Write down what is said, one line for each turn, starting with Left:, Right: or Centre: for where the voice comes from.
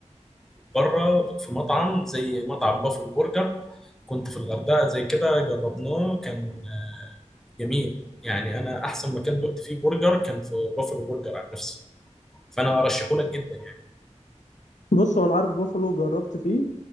Centre: بره في مطعم زي مطعم بافل برجر كنت في الغردقه زي كده جربناه كان آه، جميل يعني انا احسن مكان دقت فيه برجر كان في بافل برجر عن نفسي فانا ارشحه لك جدا يعني
Left: بص هو انا عارف بوفالو جربت فيه